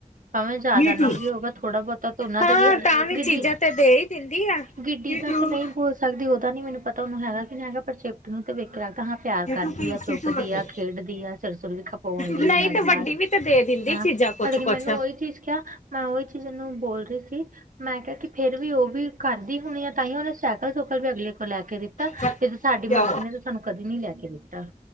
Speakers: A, on the right; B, on the left.
A: ਭਾਵੇਂ ਜ਼ਿਆਦਾ
B: ਨੀਟੂ
A: ਨਹੀਂ ਵੀ ਹੋਗਾ ਥੋੜ੍ਹਾ ਬਹੁਤਾ ਤਾਂ ਓਨਾਂ
B: ਹਾਂ
A: ਦਾ ਵੀ ਐ।
B: ਤਾਂ
A: ਗਿੱਡੀ
B: ਚੀਜ਼ਾਂ ਤੇ ਦੇ ਹੀ ਦਿੰਦੀ ਆ।
A: ਗਿੱ ਡੀ
B: ਸੀਟੂ
A: ਦਾ ਤੇ ਨਹੀਂ ਬੋਲ ਸਕਦੀ ਓਦਾ ਨੀ ਮੈਨੂੰ ਪਤਾ, ਓਨੂੰ ਹੈਗਾ ਕੀ ਨਹੀਂ ਹੈਗਾ ਪਰ ਚੇਪਟ ਨੂੰ ਤੇ ਵੇਖਯਾ। ਕਹਾ ਪਿਆਰ
B: ਸੀਟੂ
A: ਕਰਦੀ
B: ਕੀ
A: ਆ,
B: ਸੀਟੂ
A: ਚੁੱਕਦੀ
B: ਰੱਖੇ।
A: ਆ, ਖੇਡਦੀ ਆ, ਸਿਰ-ਸੁਰ ਵੀ ਖਪਵਾਉਂਦੀ
B: ਨਹੀਂ
A: ਆ ਐਦੇ
B: ਤੇ
A: ਨਾਲ।
B: ਵੱਡੀ ਵੀ ਤੇ ਦੇ ਦਿੰਦੀ
A: ਹਾਂ,
B: ਚੀਜ਼ਾਂ ਕੁਛ-ਕੁਛ।
A: ਪਰ ਲੇਕਿਨ ਮੈਨੂੰ ਉਹੀ ਚੀਜ਼ ਕਿਆ ਮੈਂ ਓਹੀ ਚੀਜ਼ ਐਨੂੰ ਬੋਲ ਰਹੀ ਸੀ ਮੈਂ ਕਿਹਾ ਕਿ ਫੇਰ ਵੀ ਓ ਵੀ ਕਰਦੀ ਹੋਣੀ ਆ ਤਾਂ ਹੀ ਓਨੇ ਸੈਕਲ-ਸੁਕਲ ਵੀ ਅਗਲੇ ਕੋਲ ਲੈ ਕੇ ਦਿੱਤਾ,
B: ਕਿਆ
A: ਤੇ ਸਾਡੀ ਮਾਸੀ ਨੇ ਤਾਂ ਸਾਨੂੰ ਕਦੇ ਨੀ ਲੈ ਕੇ ਦਿੱਤਾ।